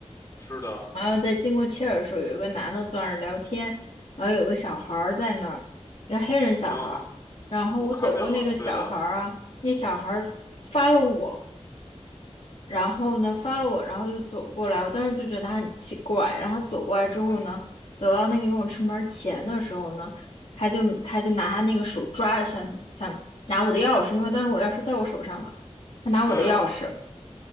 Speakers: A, on the left; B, on the left.
A: 是的，
B: 然后在经过切尔的时候，有一个男的坐那儿聊天，然后有个小孩儿在那儿，一个黑人小孩儿。
A: 嗯哼，
B: 然后我走过那个小孩儿啊，
A: 我看见了，对的，
B: 那小孩儿发了我，然后呢发了我，然后又走过来，我当时就觉得他很奇怪。然后走过来之后呢，
A: 嗯哼，
B: 走到那个游泳池门前的时候呢，他就他就拿他那个手抓，想想拿我的钥匙，因为当时我钥匙在我手上嘛，他拿我的钥匙。
A: 对啊，